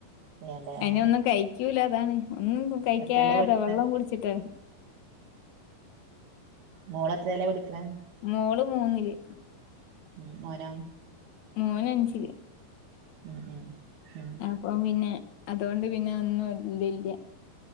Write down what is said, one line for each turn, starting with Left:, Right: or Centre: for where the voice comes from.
Right: ഇല്ലാല്ലേ
Left: എയ്ന്
Right: ആഹ്
Left: ഒന്നും കഴിക്കൂല അതാണ് ഒന്നും കഴിക്കാതെ
Right: എത്രേലാ പഠിക്കണെ
Left: വെള്ളം കുടിച്ചിട്ടാണ്
Right: മോള് എത്രേലാ പഠിക്ക്ണ്
Left: മോള് മൂന്നില്
Right: ഉം മോനോ
Left: മോനഞ്ചില്
Right: ഉം ഉംഉം
Left: പ്പം പിന്നെ അതോണ്ട് പിന്നെ ഒന്നും ഇതില്ല